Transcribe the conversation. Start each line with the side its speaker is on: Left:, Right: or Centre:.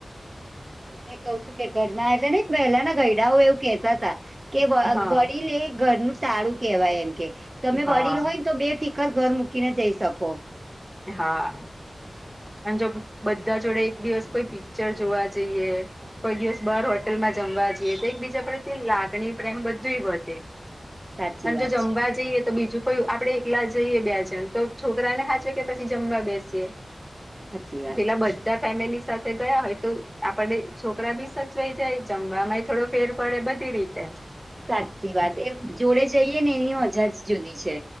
Right: મેં કહું છું કે ઘરના જે ને પહેલા ના ઘયડાઓ એવું કેહેતા તા કે
Centre: હા
Right: વડીલ એ ઘરનું તાળું કેહેવાય એમ કે તમે
Centre: હા
Right: વડીલ હોયને તો બે ફિક ઘર ઘર મૂકીને જઈ શકો.
Centre: એ હા. એમ જો બધા જોડે એક દિવસ કોઈ પિક્ચર જોવા જઈએ કોઈ દિવસ બાર હોટલમાં જમવા જઈએ તો એકબીજા પપ્રતિ લાગણી પ્રેમ બધું હી બોહતે.
Right: સાચી
Centre: અને
Right: વાત
Centre: જો જમવા
Right: છે
Centre: બીજું કોઈ આપડે એકલા જઈએ બે જણ તો છોકરાને હાચવે કે પછી જમવા બેસીએ.
Right: સાચી વાત
Centre: પેલા બચ બધા ફેમિલી સાથે ગયા હોય તો આપડે છોકરા બી સચવાઈ જાય જમવા માંય થોડો ફેર પડે બધી રીતે.
Right: સાચી વાત એ જોડે જઈએ ને એની મજા જ જુદી છે.